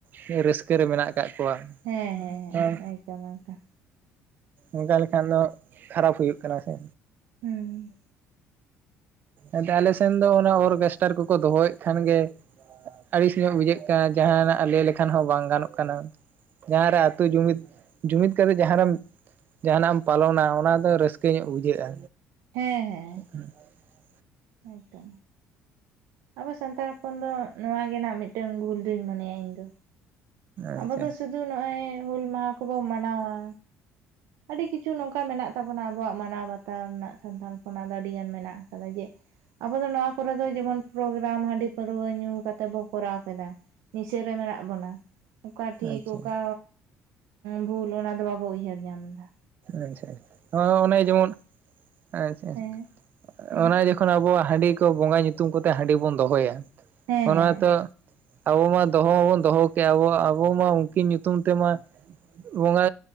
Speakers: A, on the right; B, on the right.
A: ᱛᱤᱱᱟᱹᱜ ᱨᱟᱹᱥᱠᱟᱹ ᱨᱮ ᱢᱮᱱᱟᱜ ᱟᱠᱟᱜ ᱠᱚᱣᱟ᱾
B: ᱦᱮᱸ
A: ᱦᱮᱸ
B: ᱮᱠᱫᱚᱢ ᱮᱠᱫᱚᱢ
A: ᱚᱱᱠᱟ ᱞᱮᱠᱷᱟᱱ ᱫᱚ ᱠᱷᱟᱨᱟᱯ ᱦᱩᱭᱩᱜ ᱠᱟᱱᱟ ᱥᱮ᱾
B: ᱦᱩᱸ,
A: ᱮᱱᱛᱮ ᱟᱞᱮ ᱥᱮᱱ ᱫᱚ ᱚᱱᱟ ᱚᱨᱜᱮᱥᱴᱟᱨ ᱠᱚᱠᱚ ᱫᱚᱦᱚᱭᱮᱫ ᱠᱷᱟᱱ ᱜᱮ ᱟᱹᱲᱤᱥ ᱧᱚᱜ ᱵᱩᱡᱷᱟᱹᱜ ᱠᱟᱱᱟ, ᱡᱟᱦᱟᱱᱟᱜ ᱞᱟᱹᱭ ᱞᱮᱠᱷᱟᱱ ᱦᱚᱸ ᱵᱟᱝ ᱜᱟᱱᱚᱜ ᱠᱟᱱᱟ᱾ ᱡᱟᱦᱟᱸ ᱨᱮ ᱟᱛᱳ ᱡᱩᱢᱤᱫ, ᱡᱩᱢᱤᱫ ᱠᱟᱛᱮᱫ ᱡᱟᱦᱟᱸᱨᱮᱢ ᱡᱟᱦᱟᱱᱟᱜ ᱮᱢ ᱯᱟᱞᱚᱱᱟ ᱚᱱᱟ ᱫᱚ ᱨᱟᱹᱥᱠᱟᱹ ᱧᱚᱜ ᱵᱩᱡᱷᱟᱹᱜᱼᱟ᱾
B: ᱦᱮᱸ ᱦᱮᱸ᱾
A: <inaudible>
B: ᱦᱳᱭ ᱛᱚ᱾ ᱟᱵᱚ ᱥᱟᱱᱛᱟᱲ ᱦᱚᱯᱚᱱ ᱫᱚ ᱱᱚᱣᱟ ᱜᱮ ᱱᱟᱜ ᱢᱤᱫᱴᱮᱝ ᱵᱷᱩᱞ ᱫᱳᱧ ᱢᱚᱱᱮᱭᱟ ᱤᱧ ᱫᱚ᱾
A: ᱟᱪᱪᱷᱟ
B: ᱟᱵᱚ ᱫᱚ ᱥᱩᱫᱩ ᱱᱚᱜᱼᱚᱭ ᱦᱩᱞ ᱢᱟᱦᱟ ᱠᱚᱵᱚ ᱢᱟᱱᱟᱣᱟ᱾ ᱟᱹᱰᱤ ᱠᱤᱪᱷᱩ ᱱᱚᱝᱠᱟ ᱢᱮᱱᱟᱜ ᱛᱟᱵᱚᱱᱟ ᱟᱵᱚᱣᱟᱜ ᱢᱟᱱᱟᱣ ᱵᱟᱼᱼ ᱛᱟᱣ ᱨᱮᱱᱟᱜ ᱥᱟᱱᱛᱟᱞ ᱦᱚᱯᱚᱱᱟᱜ ᱫᱚ ᱟᱹᱰᱤᱜᱟᱱ ᱢᱮᱱᱟᱜ ᱠᱟᱫᱟ ᱡᱮ, ᱟᱵᱚ ᱫᱚ ᱱᱚᱣᱟ ᱠᱚᱨᱮ ᱫᱚ ᱡᱮᱢᱚᱱ ᱯᱨᱳᱜᱮᱨᱟᱢ ᱦᱟᱺᱰᱤ ᱯᱟᱹᱨᱟᱹᱣᱟᱹ ᱧᱩ ᱠᱟᱛᱮ ᱵᱚ ᱠᱚᱨᱟᱣ ᱠᱮᱫᱟ᱾ ᱱᱤᱥᱟᱹᱨᱮ ᱢᱮᱱᱟᱜ ᱵᱚᱱᱟ ᱚᱠᱟ ᱴᱷᱤᱠ
A: ᱟᱪᱪᱷᱟ
B: ᱚᱠᱟ ᱵᱷᱩᱞ ᱚᱱᱟᱫᱚ ᱵᱟᱵᱚ ᱩᱭᱦᱟᱹᱨ ᱧᱟᱢ ᱫᱟ᱾
A: ᱟᱪᱪᱷᱟ, ᱚᱻᱱᱮ ᱡᱮᱢᱚᱱ ᱟᱪᱷᱟ,
B: ᱦᱮᱸ ᱞᱟᱹᱭ
A: ᱟ ᱚᱱᱮ
B: ᱢᱮ
A: ᱡᱚ ᱡᱚᱠᱷᱚᱱ ᱟᱵᱚᱣᱟᱜ ᱦᱟᱺᱰᱤ ᱠᱚ ᱵᱚᱸᱜᱟ ᱧᱩᱛᱩᱢᱛᱮ ᱦᱟᱺᱰᱤ ᱵᱚᱱ ᱫᱚᱦᱚᱭᱟ᱾
B: ᱦᱮᱸ
A: ᱚᱱᱟ
B: ᱦᱮᱸ
A: ᱢᱟ ᱛᱚ ᱟᱵᱚ ᱢᱟ ᱫᱚᱦᱚ ᱦᱚᱸᱵᱚᱱ ᱫᱚᱦᱚ ᱠᱮᱜ ᱟᱵᱚ ᱟᱵᱚ ᱢᱟ ᱩᱱᱠᱤᱱ ᱧᱩᱛᱩᱢ ᱛᱮᱢᱟ ᱵᱚᱸᱜᱟ,